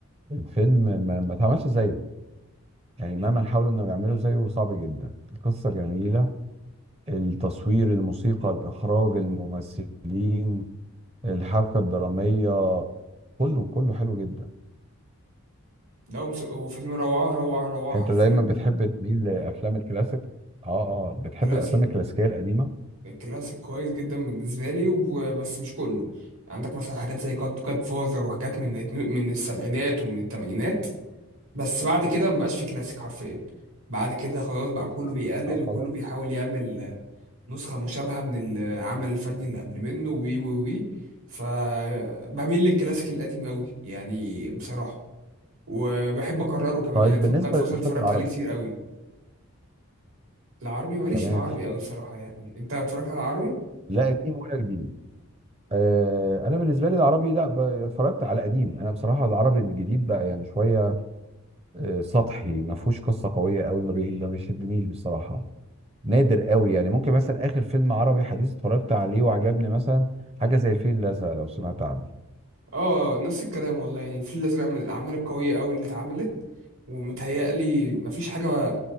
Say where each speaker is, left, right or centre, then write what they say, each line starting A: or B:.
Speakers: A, on the right; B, on the right.
A: الفيلم ما ما اتعملش زيه يعني مهما حاولوا انهم يعملوا زيه صعب جدا القصه جميله التصوير الموسيقى الاخراج الممثلين الحبكه الدراميه كله كله حلو جدا
B: لو مس... هو فيلم روعه روعه روعه حرفيا
A: انت دايما بتحب تميل لافلام الكلاسيك اه اه بتحب
B: كلاسيك
A: الافلام الكلاسيكيه القديمه
B: كلاسيك كويس جدا بالنسبه لي وبس مش كله عندك مثلا حاجات زي جاد فاذر وحاجات من الاتنين- من السبعينات ومن الثمانينات بس بعد كده مبقاش في كلاسيك حرفيا بعد كده خلاص بقى كله بيقلد
A: اه
B: وكله
A: خلاص
B: بيحاول يعمل نسخة مشابهة من العمل الفني اللي قبل منه وي وي وي فبميل للكلاسيك القديم قوي يعني بصراحة وبحب أكرره كمان
A: طيب
B: يعني
A: بالنسبه
B: جاد فازر
A: للافلام
B: اتفرجت
A: العربي
B: عليه كتير قوي العربي ماليش
A: تمام
B: في العربي قوي بصراحة يعني أنت اتفرجت على العربي؟
A: لا قديم ولا جديد آه انا بالنسبه لي العربي لا ب- اتفرجت على قديم انا بصراحه العربي الجديد بقى يعني شويه آه سطحي ما فيهوش قصه قويه قوي ما بي- ما بيشدنيش بصراحه نادر قوي يعني ممكن مثلا اخر فيلم عربي حديث اتفرجت عليه وعجبني مثلا حاجه زي الفيل الازرق لو سمعت عنه
B: آه نفس الكلام والله يعني الفيل الأزرق من الأعمال القوية قوي اللي اتعملت ومتهيألي مفيش حاجة